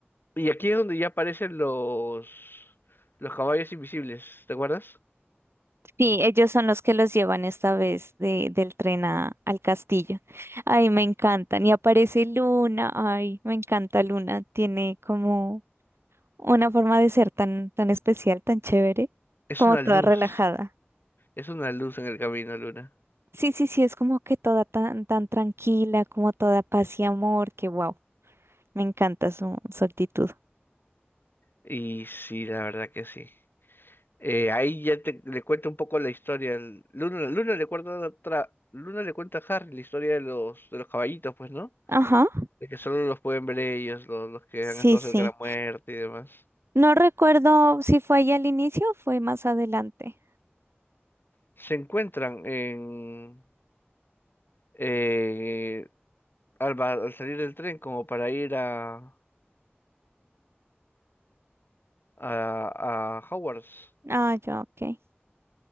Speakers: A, on the left; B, on the right.
A: Y aquí es donde ya aparecen los, los caballos invisibles, ¿te acuerdas?
B: Sí, ellos son los que los llevan esta vez de, del tren a- al castillo. Ay, me encantan. Y aparece Luna. Ay, me encanta Luna. Tiene como una forma de ser tan, tan especial, tan chévere,
A: Es
B: como
A: una
B: toda
A: luz,
B: relajada.
A: es una luz en el camino, Luna.
B: Sí, sí, sí, es como que toda tan, tan tranquila, como toda paz y amor, que wow, me encanta su, su actitud.
A: Y sí, la verdad que sí. Eh, ahí ya te, le cuento un poco la historia. El- Luna, Luna le cuenta otra- Luna le cuenta a Harry la historia de los, de los caballitos, pues, ¿no?
B: Ajá,
A: De que solo los pueden ver ellos, los, los que
B: sí,
A: han estado
B: sí.
A: cerca de la muerte y demás.
B: No recuerdo si fue ahí al inicio o fue más adelante.
A: Se encuentran en eh, al, ba- al salir del tren como para ir a, a, a Hogwarts.
B: Ah, ya, ok.